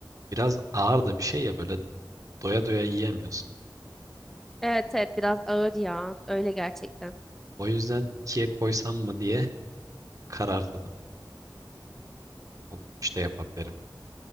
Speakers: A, on the right (about 45°); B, in the centre.
A: biraz ağır da bir şey ya böyle doya doya yiyemiyorsun.
B: Evet evet biraz ağır ya. Öyle gerçekten.
A: O yüzden ikiye koysam mı diye kararsızım. Onu üçte yapabilirim.